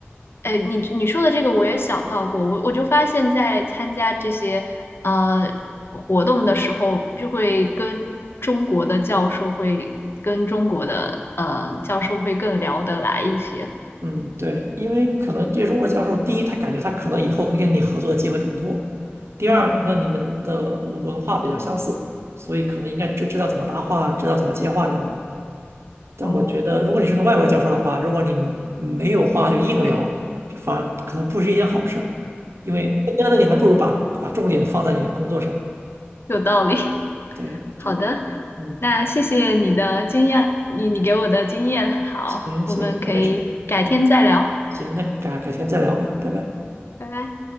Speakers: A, on the left; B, on the right.
A: 哎，你你说的这个我也想到过，我我就发现，在参加这些呃活动的时候，就会跟中国的教授会跟中国的呃教授会更聊得来一些。
B: 嗯，对，因为可能这个中国教授，第一，他感觉他可能以后会跟你合作的机会更多；第二，
A: 嗯，
B: 可能你们的文化比较相似，所以可能应该知知道怎么搭话，知道怎么接话这样的。但我觉得，
A: 哦，
B: 如果你是个外国教授的话，如果你没没有话就硬聊，这反而可能不是一件好事儿，因为更加的你还不如把把重点放在你的工作上。
A: 有道理。<laughs>
B: 对，
A: 好的，
B: 就是嗯，
A: 那谢谢你的经验，你你给我的经验。好，
B: 行行，
A: 我们可以改天再聊。
B: 那没事，嗯，行，那改改天再聊吧，拜拜。
A: 拜拜。